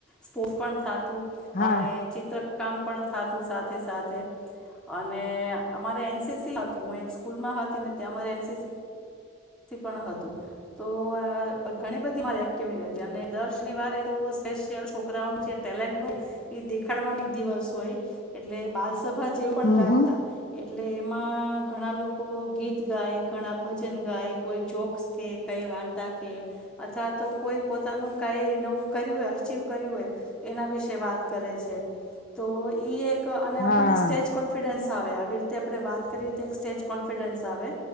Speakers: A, in the centre; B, on the left (about 45°).
A: સ્પોર્ટ પણ થા
B: હા
A: અને ચિત્રકામ પણ થાતું સાથે સાથે અને અમારે એનસીસી હતું હું એક સ્કૂલ માં હતી ને ત્યાં મારે એનસીસી પણ હતું તો ઘણી બધી મારી એક્ટિવિટી હતી અને દર શનિવારે તો સ્પેશિયલ છોકરાઓ નું જે ટેલેન્ટ હોય એ દેખાડવાનું દિવસ હોય એટલે બાલ સ જેવું
B: હમ
A: પણ રાખતા
B: હમ
A: એટલે એમાં ઘણા લોકો ગીત ગાય ઘણા ભજન ગાય કોઈ જોક્સ કે કઈ વાર્તા કે અથવા તો કોઈ પોતાનું કઈ નવું કર્યું હોય અ કર્યું હોય એના વિશે વાત કરે છે તો ઈ એક અને
B: હા
A: આપણને સ્ટેજ કોન્ફિડન્સ આવે આવી રીતે આપણે વાત કરીએ તો એક સ્ટેજ કોન્ફિડન્સ લાવે